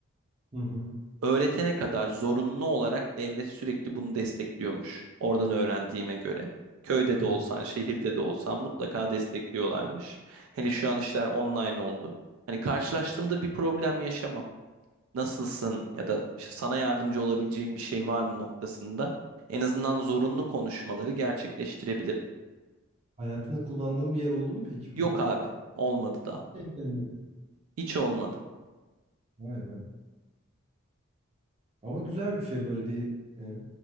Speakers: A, on the right; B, on the right.
A: Hı hı.
B: Öğretene kadar zorunlu olarak devlet sürekli bunu destekliyormuş. Oradan öğrendiğime göre. Köyde
A: hı
B: de
A: hı.
B: olsan, şehirde de olsan mutlaka destekliyorlarmış. Hele şu an işler online oldu. Hani karşılaştığımda bir problem yaşamam. nasılsın ya da işte sana yardımcı olabileceğim bir şey var mı noktasında en azından zorunlu konuşmaları gerçekleştirebilirim.
A: Hayatında kullandığın bir yer oldu mu peki bunu?
B: Yok abi, olmadı daha.
A: Denk gelmedi.
B: Hiç olmadı.
A: Vay be. Ama güzel bir şey böyle bir e,